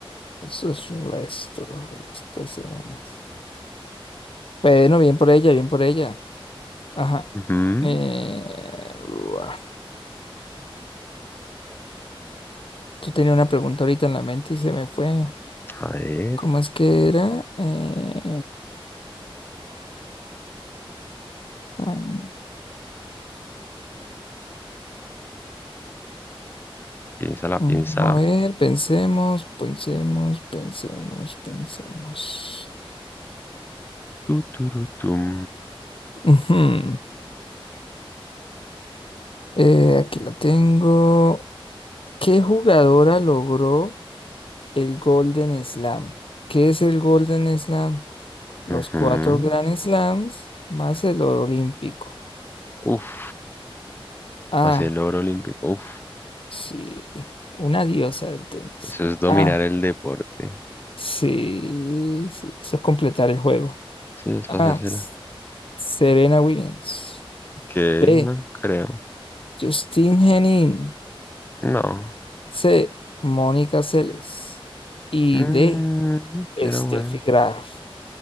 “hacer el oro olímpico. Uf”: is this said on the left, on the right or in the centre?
Left